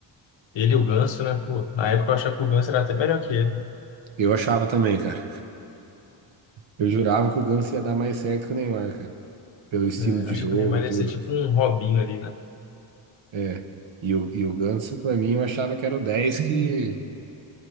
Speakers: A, on the left; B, on the right.
A: Ele e o Ganso, né? Pô, na época eu achava que o Ganso era até melhor que ele.
B: Eu achava também, cara. Eu jurava que o Ganso ia dar mais certo que o Neymar, cara. Pelo estilo
A: É,
B: de
A: achei
B: jogo,
A: que o Neymar
B: tudo.
A: ia ser tipo um Robinho ali, né?
B: É. E o, e o Ganso, pra mim, eu achava que era o 10 que